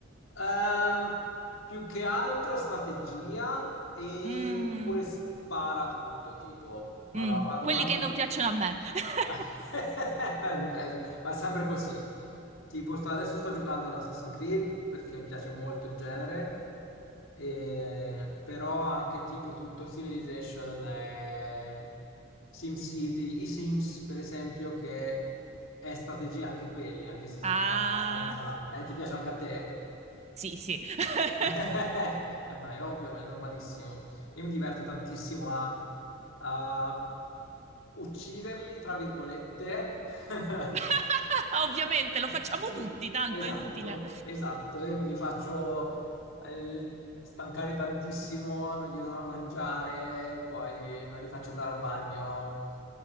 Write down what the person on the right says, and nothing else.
Mm,
mm,
quelli
che non piacciono a me. <laughs>
Sì,
sì.
Ah,
sì, sì. <laughs>
<laughs> Ovviamente lo facciamo
tutti, tanto
è inutile.